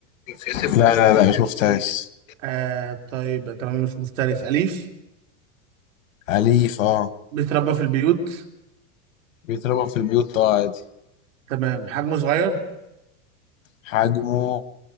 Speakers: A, on the left (about 90°); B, on the right (about 80°).
A: لا لا لا ما شفتهاش
B: آه طيب طالما مش مفترس أليف
A: أليف أه
B: بيتربى في البيوت
A: بيتربى في البيوت أه عادي
B: تمام حجمه صغير
A: حجمه